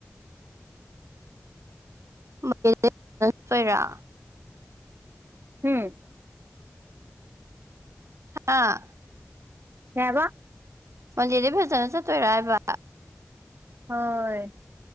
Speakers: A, on the right; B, on the right.
A: <unintelligible>
B: ꯎꯝ
A: ꯍꯥꯥ
B: ꯀꯩ ꯍꯥꯏꯕ
A: ꯃꯟꯗꯦꯗꯩ ꯐꯖꯅ ꯆꯠꯇꯣꯏꯔꯑꯕ
B: ꯍꯣꯏ